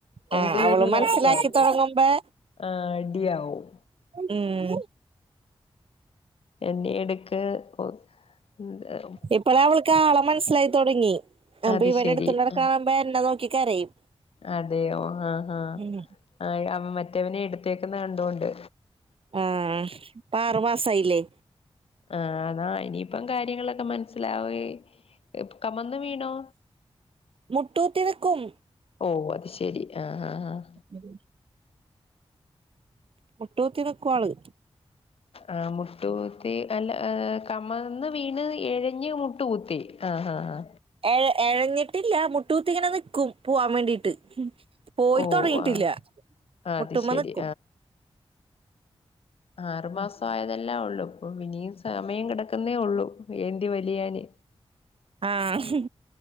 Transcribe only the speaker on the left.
രണ്ടു
പേരൂടെ
അടിയാവും
ആ അടിയാവും
എന്നെ എടുക്ക് ഒ <unintelligible>
അത്
ശരി
അഹ്
അതെയോ ആഹ് ആഹ്
ആഹ് അവൻ മറ്റവനെ എടുത്തേക്കുന്ന കണ്ടുകൊണ്ട്
ആഹ് അതാ ഇനീപ്പം കാര്യങ്ങള് ക്ക മനസ്സിലാവേ കമന്ന് വീണോ
ഓ അത് ശെരി ആഹ് ആഹാഹ്
ആഹ് മുട്ടുകുത്തി അല്ല ആഹ് കമന്ന് വീണ് എഴഞ്ഞ് മുട്ട് കുത്തി ആഹ് ആഹ്
ഓ ആഹ് ആഹ്
അത് ശെരി
ആറു മാസവായതെല്ലാ ഒള്ളു പൊ ഇനിയും സമയം കെടക്കുന്നേ ഒള്ളൂ ഏന്തി വലിയാന്